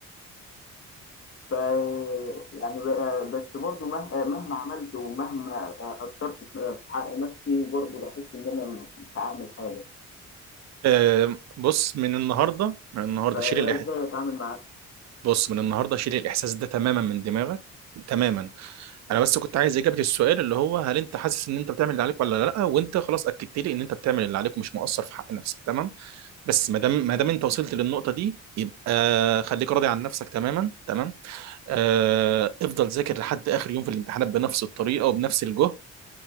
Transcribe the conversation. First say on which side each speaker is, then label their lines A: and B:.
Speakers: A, on the left; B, on the right.
A: ف يعني ب- آه، بس برضه مه- آه، مهما عملت ومهما آه، أثرت في آه، في حق نفسي برضه بحس إن أنا مش عامل حاجة
B: آه بص من النهارده من النهارده
A: فده
B: شيل الإح...
A: إزاي أتعامل معاه؟
B: بص من النهارده شيل الاحساس ده تماما من دماغك تماما انا بس كنت عايز اجابه السؤال اللي هو هل انت حاسس ان انت بتعمل اللي عليك ولا لا وانت خلاص اكدت لي ان انت بتعمل اللي عليك ومش مقصر في حق نفسك تمام بس ما دام ما دام انت وصلت للنقطه دي يبقى خليك راضي عن نفسك تماما تمام آه، افضل ذاكر لحد اخر يوم في الامتحانات بنفس الطريقه وبنفس الجهد